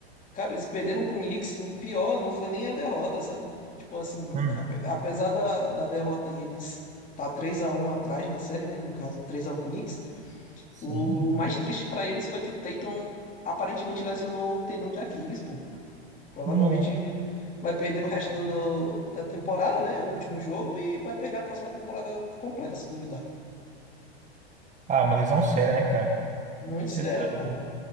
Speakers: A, on the left (about 25°); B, on the right (about 20°).
A: Cara, eles perderam pro Knicks e o pior não foi nem a derrota, sabe? Tipo assim,
B: Hum,
A: ape- apesar da, da derrota e eles tá três a um atrás na série, né? No caso, 3x1 pro Knicks.
B: sim.
A: O mais triste pra eles foi que o Tatum aparentemente lesionou o tendão de Aquiles, pô. Provavelmente
B: Não.
A: vai perder o resto do- do- da temporada, né? O último jogo e vai perder a próxima temporada completa, se duvidar.
B: Ah, uma lesão séria, né, cara?
A: Muito
B: Você
A: sério,
B: tá doido.
A: pô.